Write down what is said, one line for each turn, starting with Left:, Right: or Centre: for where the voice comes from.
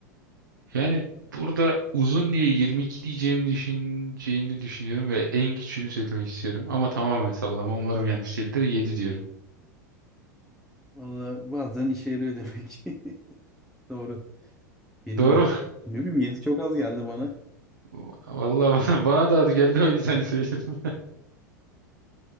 Right: Yani burada uzun diye 22 diyeceğimi düşüneceğini düşünüyorum ve en küçüğünü söylemek istiyorum. Ama tamamen sallama. Umarım yanlış değildir. yedi diyorum.
Centre: Valla bazen işe yarıyor demek ki. <laughs> Doğru. 7'yim.
Right: Doğru mu?
Centre: Ne bileyim Yedi çok az geldi bana.
Right: <laughs> Vallahi bana, bana da adı geldi o yüzden söyledim.